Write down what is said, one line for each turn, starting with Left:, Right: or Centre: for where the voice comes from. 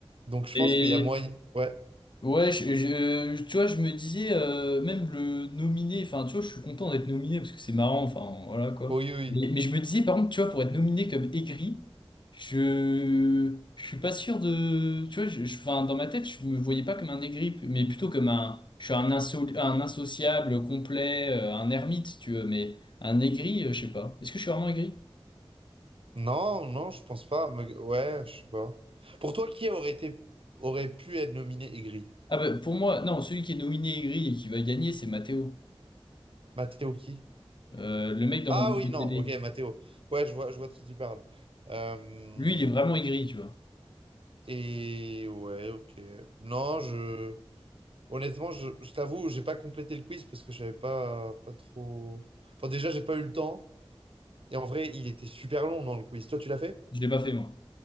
Right: Donc je
Left: Et
Right: pense qu'il y a moyen. Ouais.
Left: Ouais, je- je- euh, tu vois, je me disais, euh, même le nominé, enfin, tu vois, je suis content d'être nominé parce que c'est marrant, enfin, voilà quoi.
Right: Oui, oui, oui.
Left: Mais, mais je me disais, par contre, tu vois, pour être nominé comme aigri, je, je suis pas sûr de. Tu vois, je, je- enfin, dans ma tête, je me voyais pas comme un aigri, mais plutôt comme un. Je suis un, inso- un insociable complet, euh, un ermite, tu veux, mais un aigri, euh, je sais pas. Est-ce que je suis vraiment aigri?
Right: Non, non, je pense pas. Mais- Ouais, je sais pas. Pour toi, qui aurait été aurait pu être nominé Aigri?
Left: Ah, bah, pour moi, non, celui qui est nominé aigri et qui va gagner, c'est Mathéo,
Right: Matteo qui?
Left: Euh, le mec dans
Right: Ah
Left: mon groupe
Right: oui,
Left: de
Right: non,
Left: télé.
Right: ok, Matteo. Ouais, je vois, je vois de qui tu parles. Euh,
Left: Lui, il est vraiment aigri, tu vois.
Right: et ouais, ok. Non, je honnêtement, je, je t'avoue, j'ai pas complété le quiz parce que je savais pas, pas trop. Enfin, déjà, j'ai pas eu le temps. Et en vrai, il était super long dans le quiz. Toi, tu l'as fait?
Left: Je l'ai pas fait, moi.